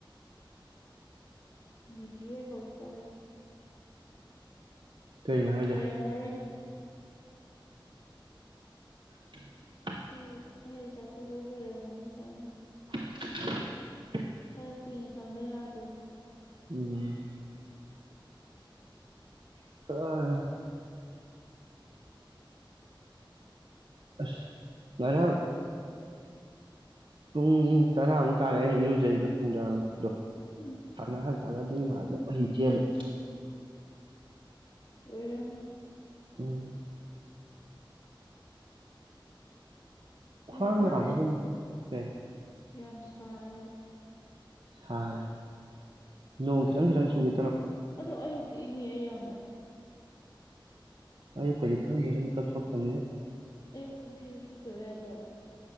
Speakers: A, on the left; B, on the right.
A: ꯃꯒꯤ ꯑꯣꯏ ꯍꯧꯔ ꯁꯥ
B: ꯀꯩꯅꯣ ꯍꯥꯏꯁꯦ
A: ꯂꯩꯔꯝ ꯃꯔꯣꯏꯅꯦ
B: ꯊꯦꯡꯨ
A: ꯑꯩ ꯑꯩ ꯑꯆꯥꯄꯣꯠ ꯂꯣꯏ ꯂꯣꯏꯔꯝꯃꯅꯤ ꯈꯪꯉ
B: <inaudible>
A: ꯍ ꯀꯨꯏꯅ ꯊꯝꯕ ꯌꯥꯗꯦ
B: ꯎꯝ ꯑ ꯑ ꯉꯅꯪ ꯄꯨꯡ ꯇꯔꯥꯃꯨꯛ ꯇꯥꯔꯦ ꯏꯔꯨꯖꯩꯗꯣ ꯄꯨꯡ ꯇꯔꯥꯗꯣ
A: ꯎꯝ
B: ꯁꯥꯟꯅꯍꯜꯂꯛꯑꯒ ꯑꯗꯨ ꯏ ꯃꯥꯂ ꯃꯍꯤ ꯆꯦꯜꯂꯦ
A: ꯑꯣꯏꯔ
B: ꯎꯝ ꯈ꯭ꯋꯥꯡ
A: ꯍꯧꯖꯤꯛꯀꯥꯟꯁꯦ
B: ꯅꯕꯒꯨꯝ ꯑꯦ
A: ꯌꯥꯝ ꯁꯥꯔꯦ
B: ꯁꯥꯔꯦ ꯂꯣꯡ ꯈꯤꯇꯪ ꯈꯤꯇꯪ ꯆꯨꯏ
A: ꯑꯗꯣ ꯑꯌꯨꯛꯇꯤ ꯏꯪꯉꯤ ꯌꯥꯝꯅ
B: ꯑꯌꯨꯛꯨꯗꯤ ꯈꯪꯗ꯭ꯔꯦꯁꯨ ꯃꯤꯀꯞ ꯊꯣꯛꯣꯛꯇꯅꯤꯅ
A: ꯑꯩ ꯎꯛꯇ ꯐꯤꯔ ꯎ ꯁꯕꯗ ꯦ ꯌꯥꯗꯦ